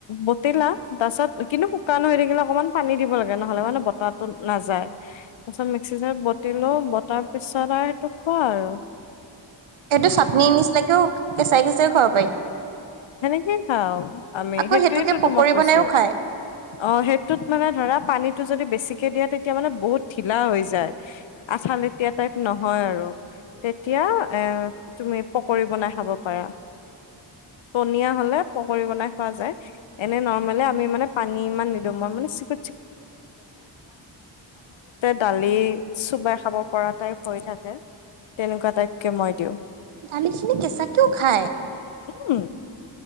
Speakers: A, on the left; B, on the right.
A: বতিলা তাৰছত কিন্তু শুকান হৈ থাকিলে অকনমান পানী দিব লাগে নহলে মানে বতাহো নাযায় তাৰ পিছত বতিলো বতাৰ পিছত আৰু সেইটো খোৱা আৰু।
B: এইটো চাটনি নিচিনাকেও কেঁচাই কেঁচাইও খাব পাৰি।
A: খাও আমি
B: আকৌ
A: সেইটোয়েতো
B: সেইটোকে পকৰী
A: তোমাক কৈছো
B: বনাইও খায়।
A: অ', সেই ত মানে ধৰা পানীতো যদি বেছিক কে দিয়া তেতিয়া মানে বহুত ঢিলা হৈ যায় য আচাল এতিয়া টাইপ নহয় আৰু তেতিয়া এ তুমি পকৰি বনাই খাব পাৰা পনিয় হলে পকৰী বনাই খোৱা যায় এনে নৰ্মেললে আমি মানে পানী ইমান নিদো মই মানে চ ব <unintelligible> চুবাই খাব পৰা টাইপ হৈ থাকে তেনেকুৱা টাইপ কে মই দিওঁ।
B: দালিখিনি কেঁচাকেও খায়
A: উম,